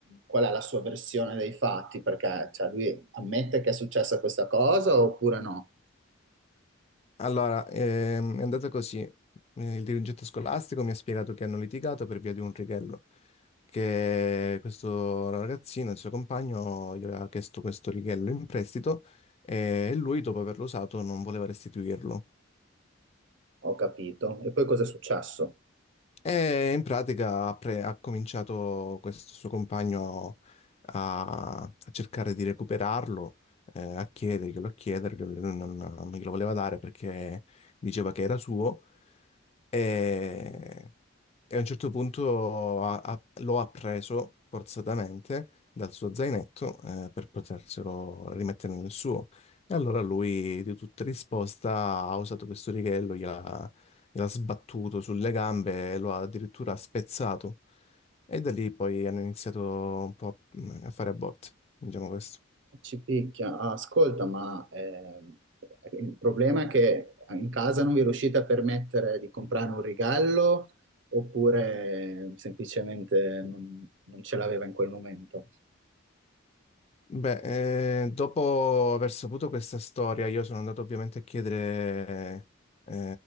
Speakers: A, on the right (about 60°); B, on the left (about 30°).
A: qual è la sua versione dei fatti? Perché cioè, lui ammette che è successa questa cosa oppure no?
B: Allora, ehm, è andata così. Eh, Il dirigente scolastico mi ha spiegato che hanno litigato per via di un righello, che questo ragazzino, il suo compagno, gli aveva chiesto questo righello in prestito e lui, dopo averlo usato, non voleva restituirlo.
A: Ho capito. E poi cosa è successo?
B: E in pratica ha, pre- ha cominciato questo suo compagno a, a cercare di recuperarlo, eh, a chiederglielo, a chiederglielo, lui non, non glielo voleva dare perché diceva che era suo. E e a un certo punto ha- ha- lo ha preso forzatamente dal suo zainetto eh, per poterselo rimettere nel suo. E allora lui, di tutta risposta, ha usato questo righello, gliel'ha gliel'ha sbattuto sulle gambe e lo ha addirittura spezzato. E da lì poi hanno iniziato un po' a mm, a fare a botte, diciamo questo.
A: Ci picchia. Ah, ascolta, ma ehm, il problema è che in casa non vi riuscite a permettere di comprare un regalo oppure semplicemente non, non ce l'aveva in quel momento?
B: Beh, eh, dopo aver saputo questa storia, io sono andato ovviamente a chiedere eh,